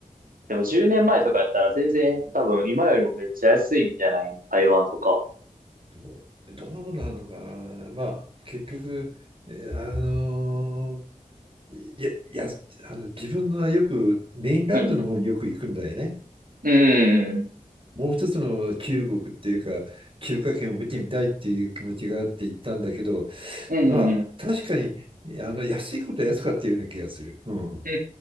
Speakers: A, on the right; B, on the right.
A: でも10年前とかやったら全然多分今よりもめっちゃ安いんじゃない台湾とか。
B: どうどうなのかな。まあ結局、えあのいや、やあの自分はよくメインランドの方によく行くんだよね。
A: うん。うん。
B: もう一つの中国っていうか、中華圏を見てみたいっていう気持ちがあって行ったんだけど、
A: うん。
B: まあ、
A: うん。
B: 確かに、あの、安いことは安かったような気がする。うん。
A: う